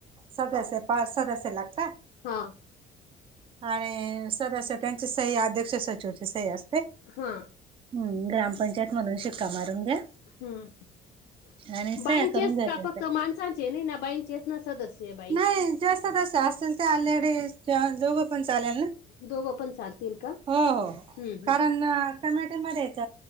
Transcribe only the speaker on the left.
हा.
हा.
ह्
बाईनचेस
का
फक्त माणसां चे न ना बाईन चेस ना सदस्य बाई
दोघ पण चालतील. का
हम्म हम्म